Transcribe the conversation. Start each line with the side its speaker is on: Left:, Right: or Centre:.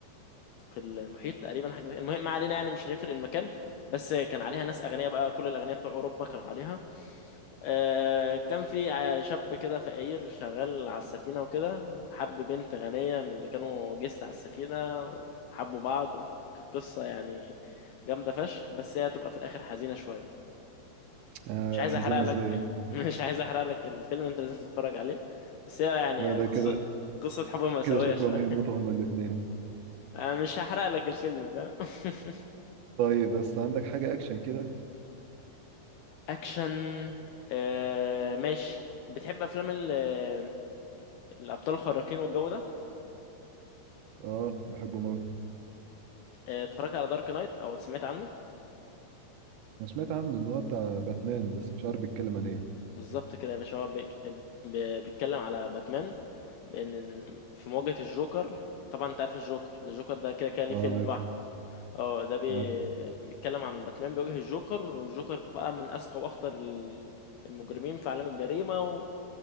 Left: في المحيط تقريبا حاجه زي المهم ما علينا يعني مش هتفرق المكان بس كان عليها ناس اغنياء بقى كل الاغنياء بتوع اوروبا كانوا عليها آه، كان في ع- شاب كده فقير شغال على السفينه وكده حب بنت غنيه من اللي كانوا جس على السفينه وحبوا بعض كانت قصه يعني جامده فشخ بس هي هتبقى في الاخر حزينه شويه
Right: آه
Left: مش عايز
Right: حزينه
Left: احرق لك
Right: ازاي
Left: <laughs>
Right: يا اسطى؟
Left: مش عايز احرق لك الفيلم انت لازم تتفرج عليه بس هي يعني
Right: ده ده
Left: قصه
Right: كده
Left: قصه حب مأساويه
Right: كده شكله
Left: شويه
Right: ما هيموتوا
Left: <laughs>
Right: هما الاثنين
Left: أنا مش هحرق لك الفيلم فاهم <laughs>
Right: طيب بس عندك حاجه اكشن كده
Left: اكشن آه ماشي بتحب افلام ال- آه، الابطال الخارقين والجو ده
Right: اه بحبه موي
Left: آه، اتفرجت على دارك نايت او سمعت عنه
Right: انا سمعت عنه ان هو بتاع باتمان بس مش عارف بيتكلم عن ايه
Left: بالظبط كده يا باشا هو بيك- ب- بيتكلم على باتمان بان في مواجهة الجوكر طبعا انت عارف الجوكر ده الجوكر ده كده كده ليه
Right: اه
Left: فيلم لوحده
Right: عارفه
Left: اه ده بي-
Right: عارفه
Left: بيتكلم عن باتمان بيواجه الجوكر والجوكر بقى من اذكى واخطر ال- المجرمين في عالم الجريمه و...